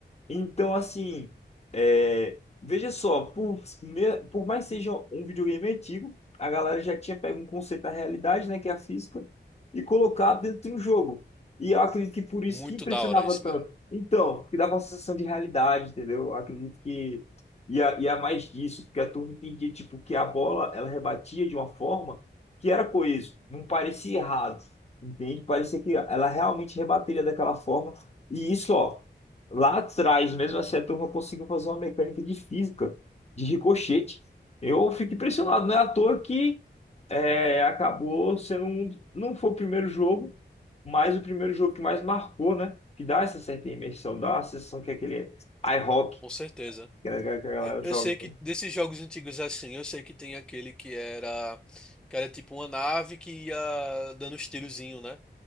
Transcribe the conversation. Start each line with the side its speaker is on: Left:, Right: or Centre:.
Left: Então, assim, é, veja só, por, me- por mais que seja um videogame antigo, a galera já tinha pego um conceito da realidade, né, que é a física, e colocado dentro de um jogo. E eu acredito que por isso
Centre: Muito
Left: que impressionava
Centre: da hora isso,
Left: tanto.
Centre: velho.
Left: Então, que dava uma sensação de realidade, entendeu? Eu acredito que ia, ia mais disso, porque a turma entendia, tipo, que a bola, ela rebatia de uma forma que era coeso, não parecia errado, entende? Parecia que ela realmente rebateria daquela forma. E isso, ó. Lá atrás, mesmo assim, a turma conseguiu fazer uma mecânica de física, de ricochete. Eu fico impressionado, não é à toa que é, acabou sendo um, não foi o primeiro jogo, mas o primeiro jogo que mais marcou, né? Que dá essa certa imersão, dá a sensação que é aquele iHockey
Centre: Com certeza.
Left: que a, que a galera
Centre: Eu
Left: joga.
Centre: eu sei que desses jogos antigos assim, eu sei que tem aquele que era que era tipo uma nave que ia dando uns tirozinho, né?